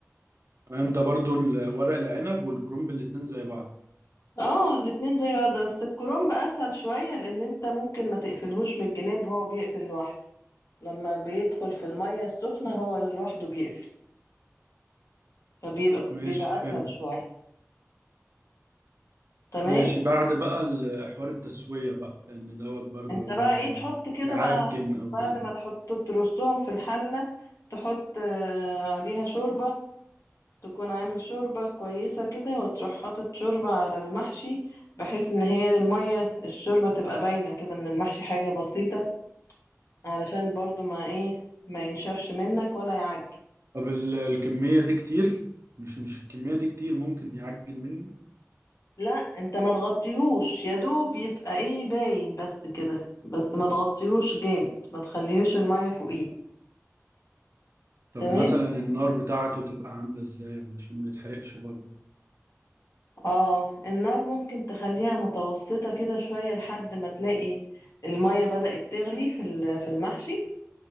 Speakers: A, on the right (about 60°); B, on the left (about 70°).
A: تمام ده برضو ال- ورق العنب والكرنب الاتنين زي بعض
B: اه الاتنين زي بعض بس الكرنب اسهل شوية لان انت ممكن ما تقفلهوش من الجناب هو بيقفل لوحده لما بيدخل في المية السخنة هو لوحده بيقفل فبيبقى
A: ماشي
B: بيبقى
A: حلو
B: اسهل شوية تمام
A: ماشي بعد بقى ال- حوار التسويه بقى لان دوت برضو
B: انت بقى
A: ممكن
B: ايه تحط كده
A: يعجن
B: بقى
A: او
B: بعد
A: كده
B: ما تحط ترصهم في الحلة تحط آه، عليها شوربة تكون عامل شوربة كويسة كده وتروح حاطط شوربة على المحشي بحيث ان هي المية الشوربة تبقى باينة كده من المحشي حاجة بسيطة علشان برضو ما ايه ما ينشفش منك ولا يعج
A: طب ال- الكمية دي كتير مش مش الكمية دي كتير ممكن يعجن مني
B: لا انت ما تغطيهوش يا دوب يبقى ايه باين بس كده بس ما تغطيهوش جامد ما تخليهوش المية فوقيه
A: طب
B: تمام
A: مثلا النار بتاعته تبقى عاملة ازاي عشان ما يتحرقش برضه
B: اه النار ممكن تخليها متوسطة كده شوية لحد ما تلاقي المية بدأت تغلي في ال- في المحشي